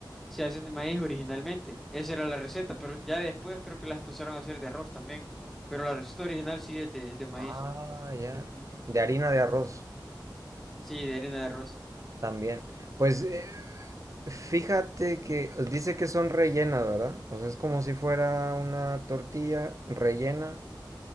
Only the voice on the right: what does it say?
Ah, ya.
De harina de arroz
también. Pues eh, fíjate que dice que son rellenas, ¿verdad? O sea, es como si fuera una tortilla rellena